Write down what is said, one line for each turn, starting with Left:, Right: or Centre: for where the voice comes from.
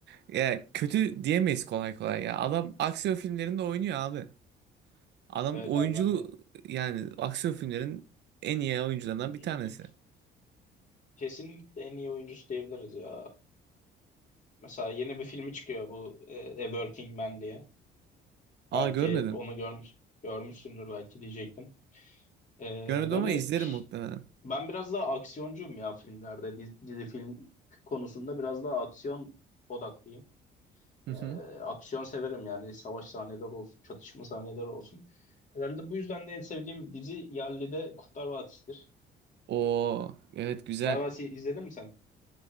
Right: ya kötü diyemeyiz kolay kolay ya. Adam aksiyon filmlerinde oynuyor abi. Adam
Left: evet
Right: oyunculuğu
Left: abi ben de
Right: yani aksiyon filmlerin en iyi oyuncularından
Left: e,
Right: bir tanesi.
Left: kesinlikle en iyi oyuncusu diyebiliriz ya. Mesela yeni bir filmi çıkıyor bu e, A Working Man diye.
Right: Aa
Left: Belki
Right: görmedim.
Left: onu görmüş görmüşsündür belki diyecektim. E,
Right: Görmedim
Left: böyle
Right: ama izlerim muhtemelen.
Left: Ben biraz daha aksiyoncuyum ya filmlerde. Dizi, dizi film konusunda biraz daha aksiyon odaklıyım.
Right: Hı
Left: Ee,
Right: hı.
Left: aksiyon severim yani savaş sahneleri olsun, çatışma sahneleri olsun. Herhalde bu yüzden de en sevdiğim dizi yerli de Kurtlar Vadisi'dir.
Right: Oo evet güzel.
Left: Kurtlar Vadisi izledin mi sen?